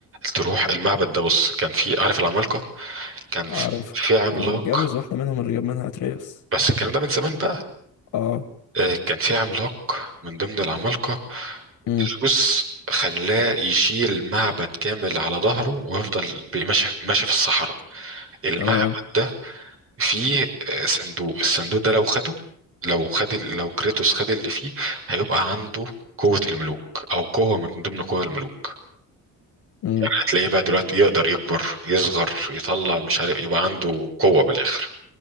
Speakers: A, on the right; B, on the left.
A: تروح المعبد ده بص كان في عارف العمالقة كان في
B: عارف
A: في عملاق
B: ما هو متجوز واحدة منهم اللي جاب منها اترياس
A: بس الكلام ده من زمان بقى
B: اه
A: آه، كان في عملاق من ضمن العمالقة
B: امم
A: الروس خلاه يشيل معبد كامل على ظهره ويفضل بي- ماشي ماشي في الصحراء المعبد
B: تمام
A: ده فيه آه، صندوق الصندوق ده لو خده لو خد ال- لو كريتوس خد اللي فيه هيبقى عنده قوة الملوك أو قوة من ضمن قوى الملوك
B: امم
A: يعني هتلاقيه بقى دلوقتي يقدر يكبر يصغر يطلع مش عارف يبقى عنده قوة من الآخر